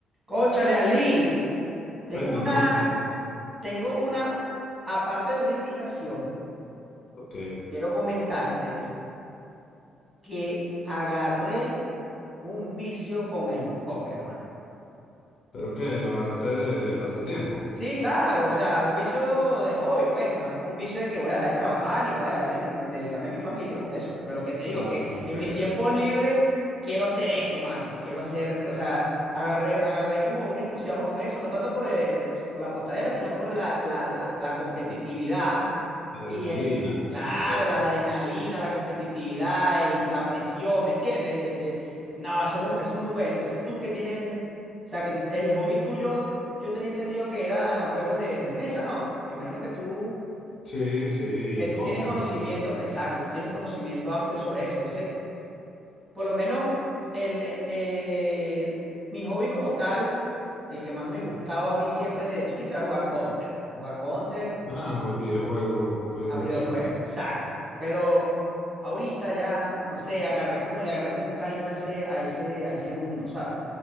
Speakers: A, on the right; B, on the left.
A: Cónchale, Ali, tengo
B: Cuéntame,
A: una,
B: José.
A: tengo una, aparte de una invitación,
B: Ok.
A: quiero comentarte que agarré un vicio con el póker, hermano.
B: ¿Pero qué? ¿Lo agarraste de, de pasatiempo?
A: Sí, claro, o sea, un vicio de hobby, pues, tampoco un vicio de que voy a dejar de trabajar ni voy a dejar de que- dedicarme a mi familia por eso, pues, pero que te digo
B: Ah,
A: que
B: ok.
A: en mis tiempos libres quiero hacer eso, mano, quiero hacer, o sea, agarré, agarré como un entusiasmo con eso, no tanto por, eh, por la postadera, sino por la, la, la la competitividad
B: Ah, Adrenalina.
A: Y eh, claro,
B: ¿Qué te da el
A: la
B: póker?
A: adrenalina, la competitividad, el- la presión, ¿me entiendes? Eh, eh, eh, no, eso, eso es muy bueno. Entonces tú que tienes, o sea, que tú- el hobby tuyo, yo, yo tenía entendido que era juegos de, de mesa, ¿no? Me imagino que tú,
B: Sí, sí, y
A: que
B: el
A: tú
B: póker
A: tienes conocimiento,
B: también.
A: exacto, tú tienes conocimiento amplio sobre eso. Entonces, por lo menos, el, el- el- mi hobby como tal, el que más me gustaba a mí siempre desde chiquito era jugar Counter. Jugar Counter.
B: Ah, juego videojuego eh,
A: A videojuegos,
B: gaming.
A: exacto. Pero ahorita ya, no sé, agarré como, le agarré como un cariño a ese, a ese, a ese mundo, ¿sabes?